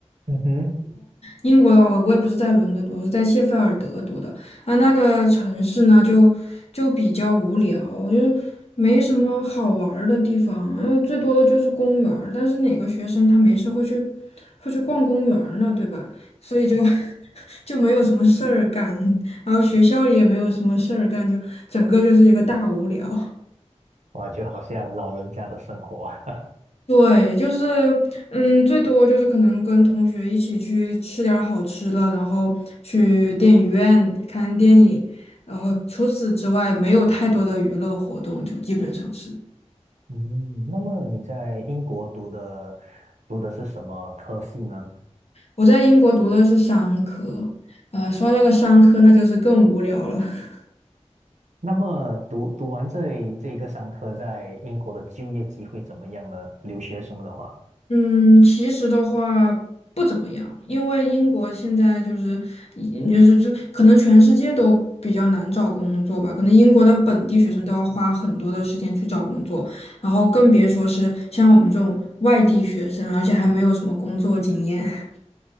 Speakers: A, on the right; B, on the left.
A: 嗯哼，
B: 英国的话，我我也不是在伦敦读，我是在谢菲尔德读的啊。那个城市呢，就就比较无聊，就是没什么好玩儿的地方，然后最多的就是公园儿。但是哪个学生他没事会去会去逛公园儿呢，对吧？所以就 <laughs> 就没有什么事儿干，然后学校里也没有什么事儿干，就整个就是一个大无聊。
A: 哇，就好像老人家的生活。<laughs>
B: 对，就是，嗯，最多就是可能跟同学一起去吃点儿好吃的，然后去电影院看电影，然后除此之外没有太多的娱乐活动，就基本上是。
A: 嗯，那么你在英国读的读的是什么科系呢？
B: 我在英国读的是商科，呃，说到这个商科，那就是更无聊了。<laughs>
A: 那么读读完这这一个商科，在英国的就业机会怎么样呢？留学生的话，
B: 嗯，其实的话不怎么样，因为英国现在就是嗯就是就可能全世界都比较难找工作吧，可能英国的本地学生都要花很多的时间去找工作，然后更别说是像我们这种外地学生，而且还没有什么工作经验。<laughs>